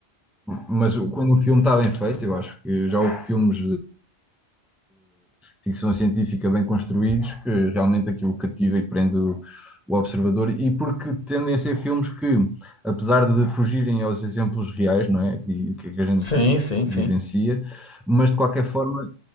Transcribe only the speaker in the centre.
mas o- quando o filme está bem feito, eu acho que já houve filmes ficção científica bem construídos, que realmente aquilo cativa e prende o, o observador, e porque tendem a ser filmes que, apesar de fugirem aos exemplos reais, não é? E que a gente
vivencia, mas de qualquer forma